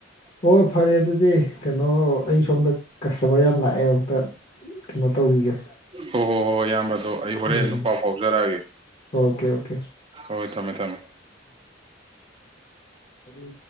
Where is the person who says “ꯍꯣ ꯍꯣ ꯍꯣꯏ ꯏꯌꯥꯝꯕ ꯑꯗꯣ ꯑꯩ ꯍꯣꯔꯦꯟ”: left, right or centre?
Right